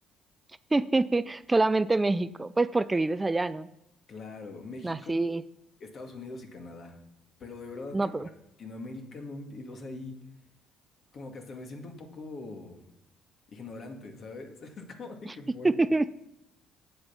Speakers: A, on the right (about 20°); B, on the left (about 50°).
A: <laughs> Solamente México. Pues porque vives allá, ¿no?
B: claro, México,
A: Nací.
B: Estados Unidos y Canadá. Pero de verdad
A: No,
B: que para
A: pero...
B: Latinoamérica no, o sea, y como que hasta me siento un poco ignorante, ¿sabes? <laughs> Es como de que por...
A: <laughs>